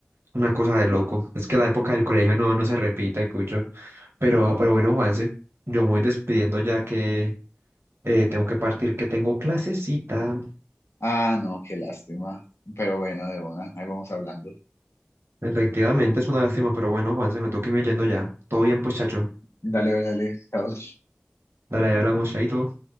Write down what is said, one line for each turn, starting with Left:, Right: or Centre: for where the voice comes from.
Right: una cosa de loco, es que la época del colegio no, no se repite, Cucho. Pero, pero bueno, Juanse, yo me voy despidiendo ya que eh, tengo que partir, que tengo clasecita.
Left: Ah, no, qué lástima. Pero bueno, de una, ahí vamos hablando.
Right: Efectivamente, es una lástima, pero bueno, Juanse, me toca irme yendo ya. Todo bien, pues, chacho.
Left: Dale, dale, dale. Chao.
Right: Dale, ya hablamos, chaito.